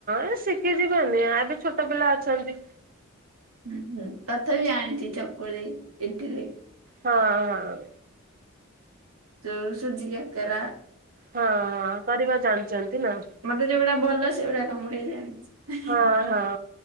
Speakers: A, on the right; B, on the right.
A: ଏ ଶିଖିଯିବେନି ଏବେ ଛୋଟ ପିଲା ଅଛନ୍ତି।
B: ହୁଁ ହୁଁ ତଥାପି ଜାଣିଛି ଚକୁଳି ଇଟିଲି।
A: ହଁ ହଁ।
B: ଯଉ ସୁଜି କାକରା।
A: ହଁ ହଁ କରିବା ଜାଣିଛନ୍ତି ନା?
B: ମତେ ଯୋଉଗୁଡା ଭଲ ସେଗୁଡା କୁ ମୁଁ ଟିକେ ଜାଣିଛି।
A: ହଁ ହଁ